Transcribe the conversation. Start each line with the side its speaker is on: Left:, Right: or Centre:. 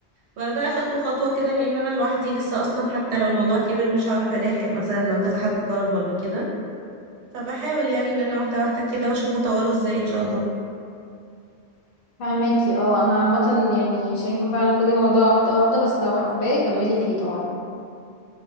Right: واخداها خطوه خطوه كده لان انا لوحدي لسه اصلا حتى لو الموضوع كبر مش هعرف الاحق مثلا لو كذا حد طلب ولا كده فبحاول يعني ان انا واحده واحده كده واشوف هطوره ازاي ان شاء الله
Left: فهماكي اه انا عامة يعني شايفة فعلا كل الموضوع واحدة واحدة بس لو حباه كملي فيه طبعا